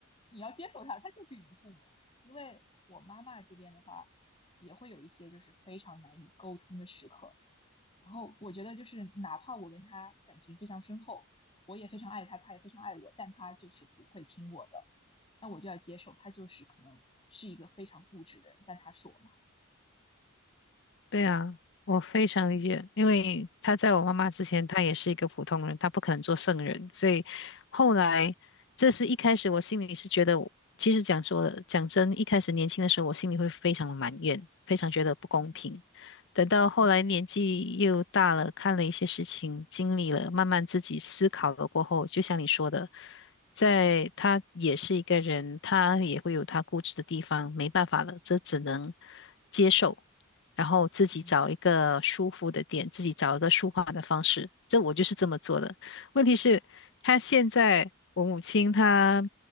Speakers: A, on the left; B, on the left.
A: 你要接受他，他就是你的父母。因为我妈妈这边的话，也会有一些就是非常难以沟通的时刻。然后我觉得就是哪怕我跟他感情非常深厚，我也非常爱他，他也非常爱我，但他就是不会听我的，那我就要接受他就是可能是一个非常固执的人，但他是我妈。
B: 对啊，我非常理解，
A: 嗯
B: 因为他在我妈妈之前，
A: 嗯
B: 他也是一个普通人，他不可能做圣人，所以后来，这是一开始我心里是觉得我其实讲说的，讲真，一开始年轻的时候，我心里会非常的埋怨，非常觉得不公平。
A: 嗯
B: 等到后来年纪又大了，
A: 嗯
B: 看了一些事情，经历了，慢慢自己思考了过后，就像你说的，在他也是一个人，他也会有他固执的地方，没办法了，这只能接受。然后自己找一个舒服的点，
A: 嗯
B: 自己找一个舒缓的方式。这我就是这么做的。问题是，他现在我母亲她